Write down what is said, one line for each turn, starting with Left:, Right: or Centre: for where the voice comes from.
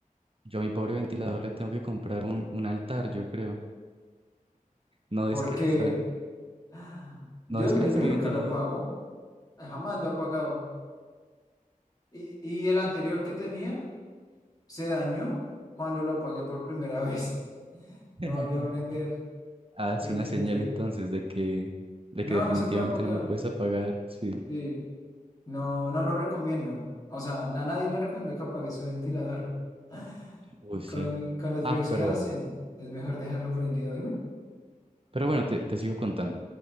Right: yo a mi pobre ventilador le tengo que comprar un, un altar, yo creo. No descansa.
Left: Porque ah, yo
Right: No descansa
Left: el, el mío
Right: mi
Left: nunca
Right: ventilador.
Left: lo apago, eh, jamás lo he apagado. Y, y el anterior que tenía se dañó cuando lo apagué por primera <laughs> vez. No
Right: <laughs>
Left: volvió a prender.
Right: Ah, es
Left: Y, y
Right: una
Left: me
Right: señal
Left: tuve
Right: entonces
Left: que-
Right: de que, de
Left: No,
Right: que definitivamente
Left: no se puede apagar.
Right: no lo puedes apagar. Sí.
Left: Sí. No, no lo recomiendo. O sea, a nadie le recomiendo que apague su ventilador. <laughs>
Right: Uy, sí.
Left: Con, con los
Right: Ah,
Left: fríos
Right: pero,
Left: que hacen, es mejor dejarlo prendido. Dime,
Right: pero bueno, te, te sigo contando.